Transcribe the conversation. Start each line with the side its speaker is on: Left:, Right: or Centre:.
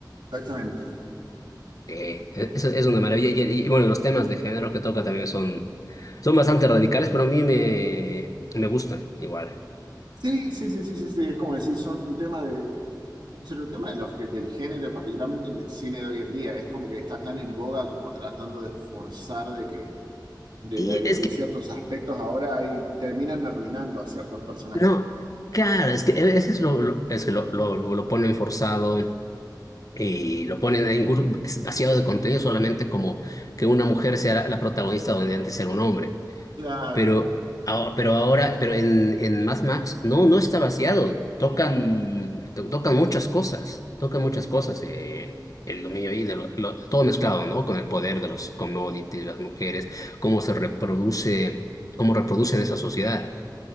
Right: Exactamente.
Left: Sí, es, es una maravilla. Y, y, bueno, los temas de género que toca también son, son bastante radicales, pero a mí me, me gusta igual.
Right: Sí, sí, sí, sí, sí, sí, es como decir, son un tema de, es un tema de los, que- del género, particularmente en el cine de hoy en día, es como que está tan en boga como tratando de esforzar de que de,
Left: Y es
Right: de
Left: que,
Right: ciertos aspectos ahora ahí terminan arruinando a ciertos personajes.
Left: no, claro, es que a veces lo, lo- es que lo, lo, lo ponen forzado y lo ponen ahí incluso vaciado de contenido solamente como que una mujer sea la, la protagonista donde antes era un hombre.
Right: Claro.
Left: Pero, ah, pero ahora, pero en, en Mad Max, no, no está vaciado. Tocan, to- tocan muchas cosas, tocan muchas cosas. eh, el dominio ahí, de lo- lo- todo mezclado, ¿no? Con el poder de los commodities, las mujeres, cómo se reproduce, cómo reproducen esa sociedad,